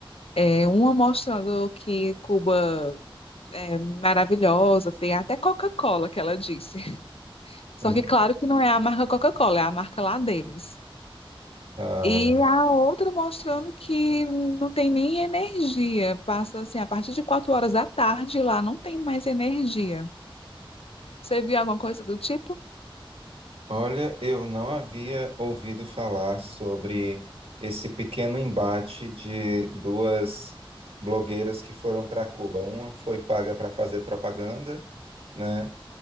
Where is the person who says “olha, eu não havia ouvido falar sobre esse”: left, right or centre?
Right